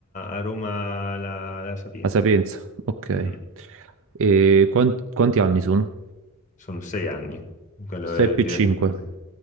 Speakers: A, on the left (about 35°); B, on the right (about 65°).
A: a Roma la, la Sapienza.
B: La Sapienza, ok.
A: Mhm.
B: E quan- quanti anni sono?
A: Sono sei anni. Quello
B: 6
A: è
B: più
A: direttamente.
B: 5.